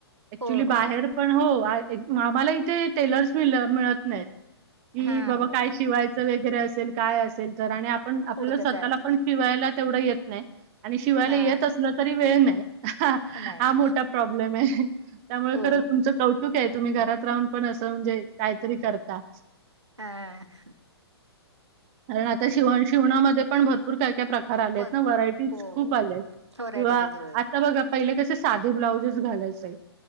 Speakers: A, on the right; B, on the right.
A: ऐक्चुली
B: हो हो
A: बाहेर पण.. हो, एक आम्हाला इथे टेलर्स मि.. मिळत नाहीत. कि..
B: हा
A: बाबा
B: हो
A: काय शिवायचं एक असेल काय असेल तर आणि आपण आपल्याला
B: हुडकत
A: स्वतःला
B: जायला लागते
A: पण शिवायला तेवढं येत नाही. आणि शिवायला
B: हा
A: येत असलं तरी वेळ नाही, ह्...
B: नाही
A: हा.. मोठा प्रॉब्लेम आहे. त्यामुळे
B: हो
A: खरं तुमचं कौतुक आहे तुम्ही घरात राहून पण असं म्हणजे काहीतरी करता.
B: या... अ.. ह्..
A: कारण आता शिवण शिवणामध्ये पण भरपूर काय काय प्रका खर आले
B: भरपूर
A: ना.. व्हरायटीज
B: हो
A: खूप
B: हो
A: आलेत
B: व्हरायटीज
A: किंवा
B: आहेत होय
A: आता बगा पहिले कसे साधे ब्लाऊजज घालायचे,